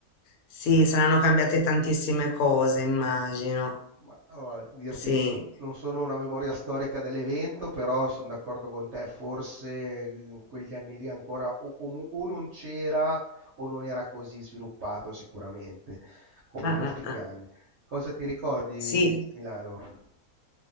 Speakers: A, on the left; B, on the right.
A: Sì, saranno cambiate tantissime cose, immagino.
B: Ma allora, dirti,
A: Sì.
B: non sono una memoria storica dell'evento, però sono d'accordo con te, forse in quegli anni lì ancora o, comu- o non c'era o non era così sviluppato sicuramente come
A: Ah,
B: gli ultimi
A: ah, ah.
B: anni. Cosa ti ricordi
A: Sì.
B: di Milano?